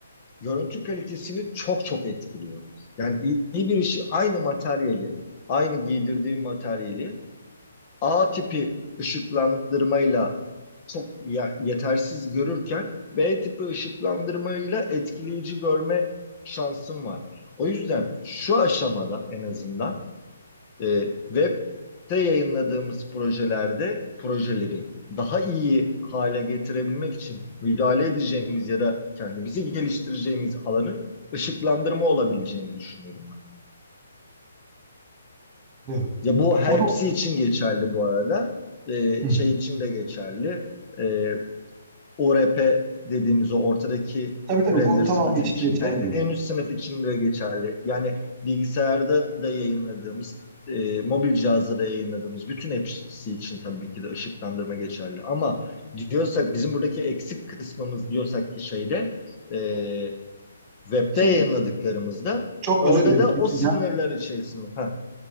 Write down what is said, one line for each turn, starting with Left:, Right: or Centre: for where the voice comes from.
Left: görüntü kalitesini çok çok etkiliyor. Yani iyi, iyi bir işi aynı materyali, aynı giydirdiğim materyali A tipi ışıklandırmayla çok yetersiz görürken B tipi ışıklandırmayla etkileyici görme şansım var. O yüzden şu aşamada en azından E, web'te yayınladığımız projelerde projeleri daha iyi hale getirebilmek için müdahale edeceğimiz ya da kendimizi geliştireceğimiz alanın ışıklandırma olabileceğini düşünüyorum ben.
Right: Diyorum.
Left: Ya bu hepsi
Right: Onu,
Left: için geçerli bu arada. E,
Right: Hı.
Left: şey için de geçerli. E, ORP dediğimiz o ortadaki
Right: tabii tabii
Left: render
Right: bu tamamı
Left: sınıfı
Right: için
Left: içinde,
Right: geçerli.
Left: en üst sınıf içinde geçerli. Yani bilgisayarda da yayınladığımız, e, mobil cihazda da yayınladığımız bütün hepsi için tabii ki de ışıklandırma geçerli. Ama diyorsak bizim buradaki eksik kısmımız diyorsak ki şeyde e, webde
Right: Şimdi
Left: yayınladıklarımızda
Right: çok
Left: orada
Right: özür dilerim.
Left: da
Right: Kesin
Left: o sınırlar içerisinde. Ha,